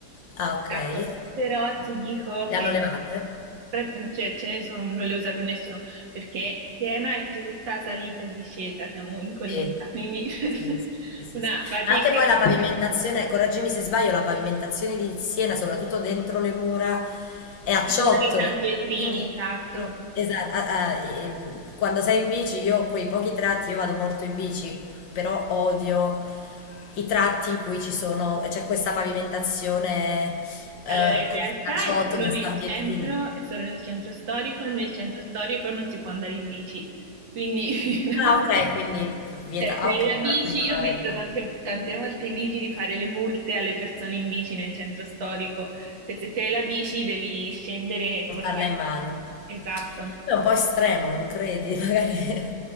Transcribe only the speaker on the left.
Ah, ok.
Le hanno levate?
Sì,
sì, sì, sì,
sì.
Ma anche poi la pavimentazione, correggimi se sbaglio, la pavimentazione di Siena, soprattutto dentro le mura, è a
ciottoli.
Quindi,
quindi, esatto, ah, ah, e- quando sei in bici, io quei pochi tratti, io vado molto in bici, però odio i tratti in cui ci sono, c'è questa pavimentazione eh,
così a ciottoli,
a San
Pietrini.
Ah, ok, quindi vieta.
Ah,
ok,
allora
qui non
avrei
il problema.
Portarla
in mano.
È un po' estremo, non credi? <laughs>